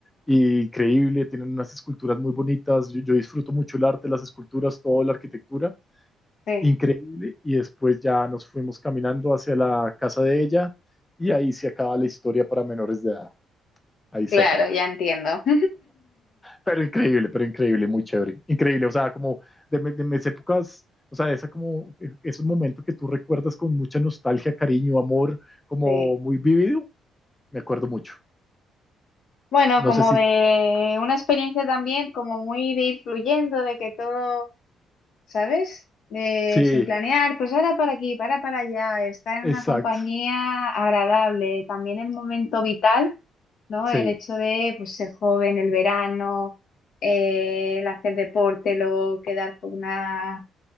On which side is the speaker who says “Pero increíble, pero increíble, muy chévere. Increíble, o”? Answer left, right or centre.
Left